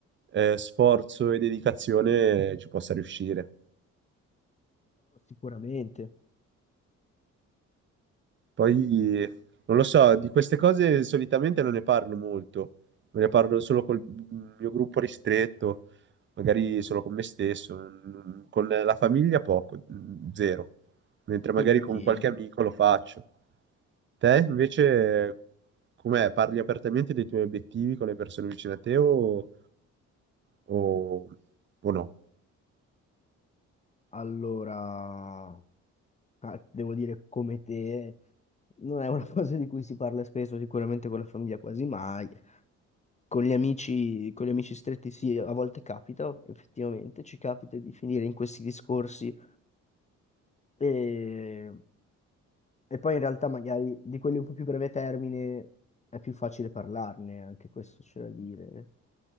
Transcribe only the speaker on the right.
eh, sforzo e dedicazione eh, ci possa riuscire.
Poi, non lo so, di queste cose solitamente non ne parlo molto, ne parlo solo col mio gruppo ristretto, magari solo con me stesso, mm, con la famiglia poco, mm, zero, mentre magari
con qualche amico lo faccio. Te invece, com'è? Parli apertamente dei tuoi obiettivi con le persone vicine a te o, o- o no?